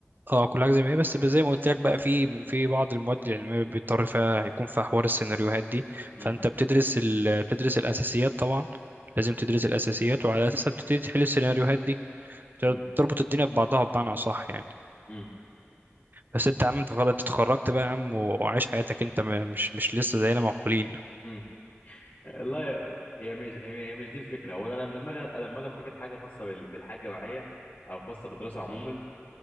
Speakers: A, on the right; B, on the left.
A: اه كل حاجه زي ما هي بس زي ما قلت لك بقى في في بعض المواد العلميه بيضطر فيها يكون فيها حوار السيناريوهات دي
B: امم
A: فانت بتدرس ال... بتدرس الاساسيات طبعا لازم تدرس الاساسيات وعلى اساسها بتبتدي تحل السيناريوهات دي بت-
B: امم
A: تربط الدنيا ببعضها بمعنى اصح يعني
B: امم
A: بس انت يا عم انت خلاص انت اتخرجت بقى يا عم و- وعايش حياتك انت م- مش مش لسه زينا موحولين
B: امم لا هي مش هي مش دي الفكره وانا لما اجي لما اجي افتكر حاجه خاصه بال- بالحاجه معايا او خاصه بالدراسه عموما